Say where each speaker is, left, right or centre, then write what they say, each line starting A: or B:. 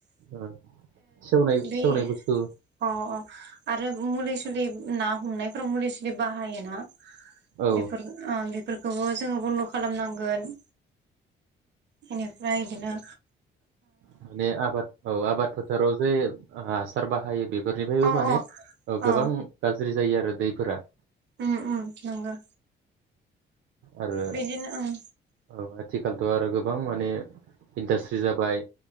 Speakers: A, on the right; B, on the right.
A: ओ सेवनाय
B: बे
A: सेवनाय बुस्थु
B: अ अ आरो मुलि सुलि ना <unintelligible> हमनायफ्राव मुलि सुलि बाहायोना
A: औ
B: बेफोर आ बे फोरखौबो जोङो बन्द' खालामनांगोन बेनिफ्राय बिदिनो
A: माने आबाद औ आबाद फोथाराव जे फोर बाहाय बे गोदनिफ्रायबो
B: अ
A: माने
B: अ औ
A: गोबां गाज्रि जायो आरो दैफोरा
B: उम उम नंगौ
A: आरो
B: बिदिनो ओं
A: औ आथिखालथ' आरो गोबां माने इन्डास्ट्रि जाबाय